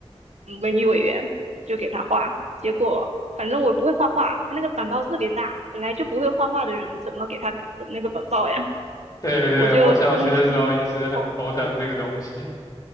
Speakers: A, on the right; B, on the left.
A: 嗯文娱委员，就给他画。结果反正我不会画画，他那个板报特别大，本来就不会画画的人怎么给他搞整那个板报呀？
B: 对对，
A: <laughs> 我就东拼西凑。
B: 我小学的时候也是很头疼这个东西。